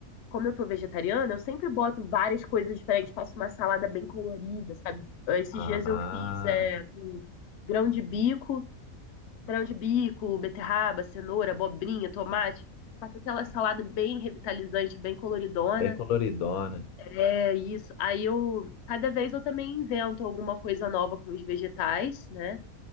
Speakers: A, on the left (about 65°); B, on the left (about 85°).
A: como eu tô vegetariana, eu sempre boto várias coisas diferentes, faço uma salada bem colorida, sabe? Esses
B: Ah,
A: dias eu fiz é, com grão de bico, grão de bico, beterraba, cenoura, abobrinha, tomate. Faço aquela salada bem revitalizante, bem coloridona.
B: bem coloridona.
A: É isso. Aí eu, cada vez eu também invento alguma coisa nova com os vegetais, né?